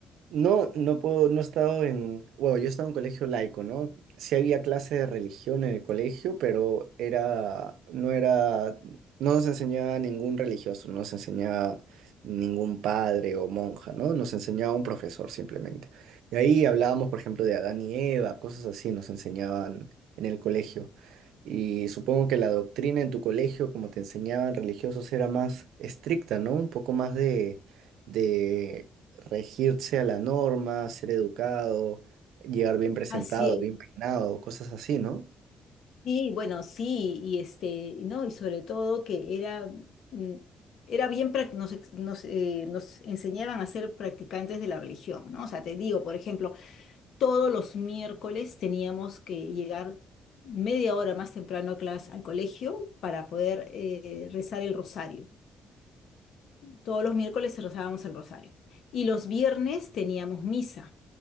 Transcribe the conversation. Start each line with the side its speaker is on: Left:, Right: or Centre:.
Right: No, no puedo, no he estado en, bueno, yo he estado en un colegio laico, ¿no? Sí había clase de religión en el colegio, pero era, no era, no nos enseñaba ningún religioso, no nos enseñaba ningún padre o monja, ¿no? Nos enseñaba un profesor simplemente. Y ahí hablábamos, por ejemplo, de Adán y Eva, cosas así nos enseñaban en el colegio. Y supongo que la doctrina en tu colegio, como te enseñaban religiosos, era más estricta, ¿no? Un poco más de de regirse a la norma, ser educado, llegar bien presentado,
Left: Así
Right: bien peinado, cosas así, ¿no?
Left: Sí, bueno, sí, y este, no, y sobre todo que era, mm, era bien, prac- nos, ex- nos, eh, nos enseñaban a ser practicantes de la religión, ¿no? O sea, te digo, por ejemplo, todos los miércoles teníamos que llegar media hora más temprano a clase, al colegio para poder eh, rezar el rosario. Todos los miércoles rezábamos el rosario. Y los viernes teníamos misa